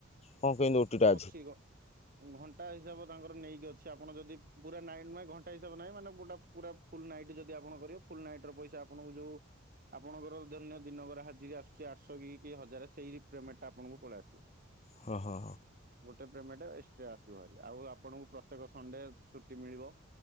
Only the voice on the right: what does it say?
ନା ଅଛି ଗ ଘଣ୍ଟା ହିସାବ ତାଙ୍କର ନେଇକି ଅଛି ଛି, ଆପଣ ଯଦି ପୁରା ନାଇଟ୍ ମାଇ ଘଣ୍ଟା ହିସାବ ନାହିଁ। ମାନେ ଗୁଟା ପୁରା ଫୁଲ୍ ନାଇଟ୍ ଯଦ ଆପଣ କରିବେ ଫୁଲ୍ ନାଇଟ୍ ର ପଇସା ଆପଣଙ୍କୁ ଯୋଉ ଆପଣଙ୍କର ଧରିନିଅ ଦିନକର ହାଜିରି ଆସୁଛି ଆଠଶହ କି କି ହଜାରେ ସେଇ ପେମେଣ୍ଟ ଟା ଆପଣଙ୍କୁ ପଳେଇ ଆସିବ।
ଗୋଟେ ପେମେଣ୍ଟ ଏକ୍ସଟ୍ରା ଆସିବ ଭାରି। ଆଉ ଆପଣଙ୍କୁ ପ୍ରତ୍ୟେକ ସଣ୍ଡେ ଛୁଟି ମିଳିବ।